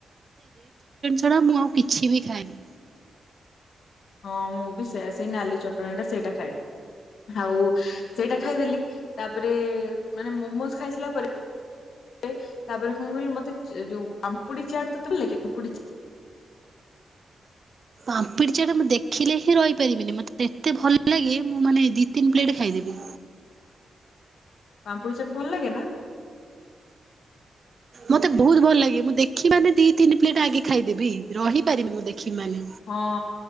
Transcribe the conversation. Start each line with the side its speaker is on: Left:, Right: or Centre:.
Right: ଛଡ଼ା ମୁଁ ଆଉ କିଛି ବି ଖାଏନି।
Left: ହଁ ମୁଁ ବି ସେୟା ସେଇ ନାଲି ଚଟଣି ଟା ସେଇଟା ଖାଏ ହାଉ ସେଇଟା ଖାଇଦେଲି ତାପରେ ମାନେ ମୋମୋସ୍ ଖାଇସିଲା ପରେ ତାପରେ କଣ କହିଲୁ ମତେ ଯୋଉ ପାମ୍ପୁଡି ଚାଟ୍ ତତେ <unintelligible>
Right: ପାମ୍ପିଡ଼ି ଚାଟ୍ ମୁଁ ଦେଖିଲେ ହିଁ ରହିପାରିବିନି ମୋତେ ଏତେ ଭଲ ଲାଗେ ମୁଁ ମାନେ ଦି ତିନି ପ୍ଲେଟ୍ ଖାଇଦେବି।
Left: ପାମ୍ପୁଡ଼ି ଚାଟ୍ ଭଲ୍ ଲାଗେ ନା?
Right: ମତେ ବହୁତ୍ ଭଲ୍ ଲାଗେ ମୁଁ ଦେଖି ମାନେ ଦି ତିନି ପ୍ଲେଟ୍ ଆଗେ ଖାଇଦେବି ରହିପାରିବିନି ମୁଁ ଦେଖି ମାନେ।
Left: ହଁ।